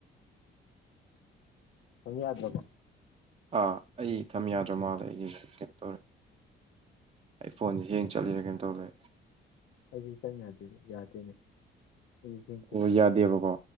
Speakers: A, on the left; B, on the right.
A: ꯊꯝ ꯌꯥꯗꯔꯥꯕꯣ
B: ꯑꯥ ꯑꯩ ꯊꯝ ꯌꯥꯗ꯭ꯔ ꯃꯥꯜꯗ ꯑꯩꯒꯤ ꯀꯩꯅ ꯇꯧꯔꯦ ꯐꯣꯟꯗꯦ ꯍꯡ ꯆꯠꯂꯦ ꯀꯩꯅꯣ ꯇꯧꯔꯦ
A: ꯑꯩꯁꯨꯦ ꯆꯪ ꯌꯥꯗꯦꯅꯦ ꯌꯥꯗꯦꯅꯦ ꯑꯩ ꯍꯦꯡ ꯆꯠ
B: ꯑꯣ ꯌꯥꯗꯦꯕꯀꯣ